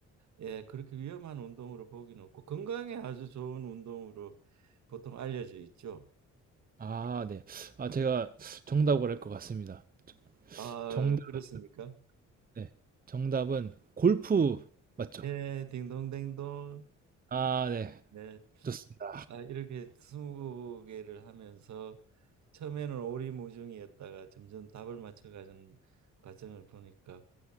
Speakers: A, on the right; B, on the right.
A: 예, 그렇게 위험한 운동으로 보기는 없고 건강에 아주 좋은 운동으로 보통 알려져 있죠.
B: 아, 네. 아, 제가 정답을 할 것 같습니다.
A: 아,
B: 정답,
A: 그렇습니까?
B: 네. 정답은 골프 맞죠?
A: 예, 딩동댕동.
B: 아, 네.
A: 네.
B: 좋습니다.
A: 아, 이렇게 스무 개를 하면서 처음에는 오리무중이었다가 점점 답을 맞춰가는 과정을 보니까